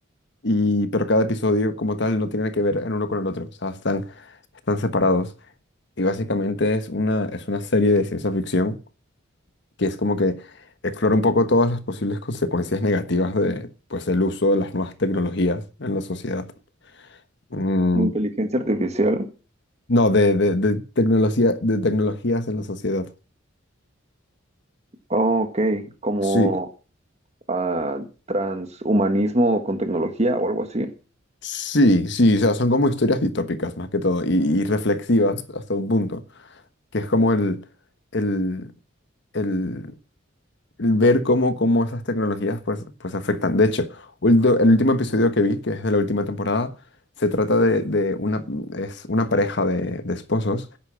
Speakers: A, on the left; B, on the right.
A: y- pero cada episodio como tal no tiene que ver en uno con el otro, o sea, están, están separados. Y básicamente es una, es una serie de ciencia ficción que es como que explora un poco todas las posibles consecuencias negativas de, pues, el uso de las nuevas tecnologías en la sociedad. Mm,
B: Como Inteligencia artificial.
A: no, de, de, de tecnología, de tecnologías en la sociedad.
B: Oh, ok, como
A: Sí,
B: ah, transhumanismo con tecnología o algo así.
A: sí, sí, o sea, son como historias distópicas más que todo y, y reflexivas hasta un punto, que es como el, el, el, el ver cómo, cómo esas tecnologías pues, pues afectan. De hecho, ulti- el último episodio que vi, que es de la última temporada, se trata de, de una, es una pareja de, de esposos.